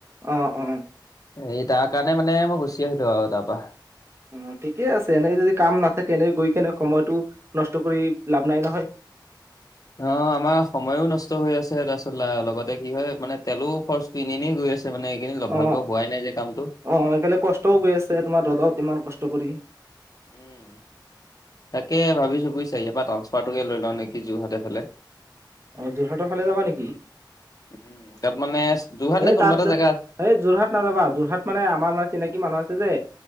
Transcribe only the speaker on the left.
এই তাৰ কাৰণে মানে মই গুচি আহিলোঁ আৰু তাৰ পৰা।
অ' আমাৰ সময়ো নষ্ট হৈ আছে, তাৰপিছত ল লগতে কি হয়, মানে তেলো খৰচটো এনে এনেই গৈ আছে। ছে মানে এইকেইদিন ল- ভালকে
হোৱাই নাই যে কামটো।
উম তাকে ভাবিছোঁ বুইছা, ইয়াৰ পৰা ট্ৰাঞ্চফাৰটোকে লৈ লওঁ নেকি, যোৰহাটৰ ফালে।
উম, তাত মানে যোৰহাট
নে কোনোবা
এটা জেগা আছ-